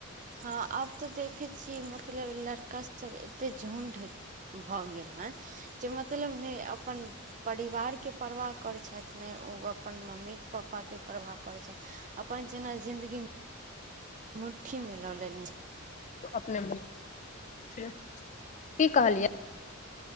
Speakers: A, on the right; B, on the left.
A: हँ आब तऽ देखे छी मतलब लड़का सब एते झुंड भऽ गेल हँ जे मतलब नहि अपन परिवारकेँ परवाह करैत छैथ ने ओ अपन मम्मी पापाकेँ परवाह करैत छथि अपन जेना जिन्दगीमें मुट्ठीमे लऽ लेने छै
B: अपने <inaudible> की कहलियै